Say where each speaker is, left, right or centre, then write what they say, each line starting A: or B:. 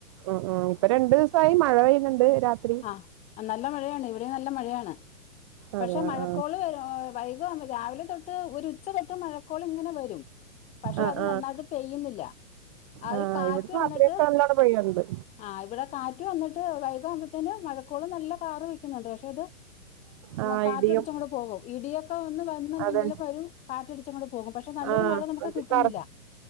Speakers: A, on the right; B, on the left.
A: ഉം ഉം ഇപ്പ രണ്ടു ദിവസമായി മഴ പെയ്യുന്നുണ്ട് രാത്രി
B: ആഹ് നല്ല മഴയാണ് ഇവിടെ നല്ല മഴയാണ്
A: അതെ
B: പക്ഷെ
A: ആഹ്
B: മഴക്കോള് വൈക് രാവിലെ തൊട്ട് ഒരു ഉച്ച തൊ ട്ട് മഴക്കോള് ഇങ്ങനെ വരും പക്ഷെ
A: ആഹ്
B: അത്
A: ആഹ്
B: നന്നായിട്ട് പെയ്യുന്നില്ല ആ
A: ആഹ്
B: ഒരു കാറ്റ്
A: ഇവിടെ രാത്രിയൊക്ക
B: വന്നിട്ട്
A: നല്ലോണം പെയ്യണ്ടു
B: ആഹ് ഇവിടെ കാറ്റ് വന്നിട്ട് വൈക ആവുമ്പത്തേന് മഴക്കോള് നല്ല കാറ് വെക്കുന്നുണ്ട് പക്ഷെ ഇത്
A: ആഹ്
B: കാറ്റടിച്ചങ്ങട്
A: ഇടിയും
B: പോകും ഇടിയൊക്കെ വന്ന് വന്നു
A: അതെ
B: മിന്നലും വരും കാറ്റടിച്ചങ്ങട് പോകും പക്ഷെ നല്ലൊരു
A: ആഹ്
B: മഴ നമുക്ക്
A: എനിക്ക്
B: കിട്ടുന്നില്ല
A: കറ